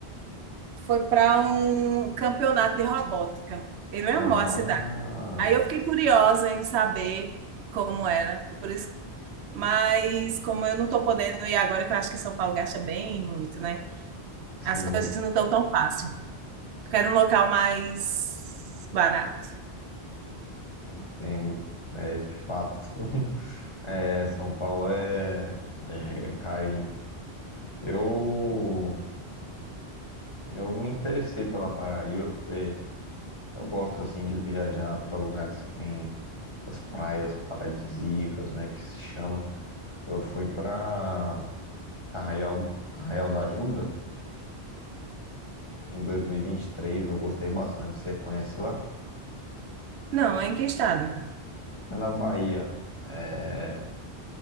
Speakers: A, on the right; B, on the left.
A: foi para um campeonato de robótica. Ele amou
B: Ah,
A: a cidade. Aí eu fiquei curiosa em saber como era. Por isso, mas como eu não estou podendo ir agora, que eu acho que São Paulo gasta bem muito, né?
B: sim,
A: As coisas não estão tão fácil. Quero um local mais barato.
B: entendo. É, de fato, <laughs> é, São Paulo é, é carinho. Eu, eu me interessei pela Paraíba porque eu gosto assim de viajar para lugares que tem essas praias paradisíacas, né, que se chama. Eu fui para Arraial, Arraial da Ajuda, Em dois mil e e vinte e três, eu gostei bastante. Você conhece lá?
A: Não, é em que estado?
B: É na Bahia. É